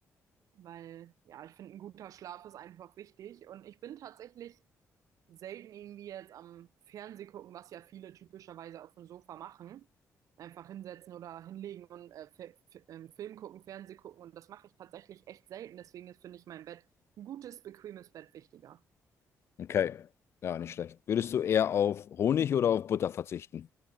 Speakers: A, on the right; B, on the left.
A: weil ja, ich finde, ein guter Schlaf ist einfach wichtig und ich bin tatsächlich selten irgendwie jetzt am Fernseh gucken, was ja viele typischerweise auf dem Sofa machen. Einfach hinsetzen oder hinlegen und äh, Fi- Fi- ähm, Film gucken, Fernseh gucken und das mache ich tatsächlich echt selten. Deswegen ist, finde ich, mein Bett ein gutes, bequemes Bett wichtiger.
B: Okay. Ja, nicht schlecht. Würdest du eher auf Honig oder auf Butter verzichten?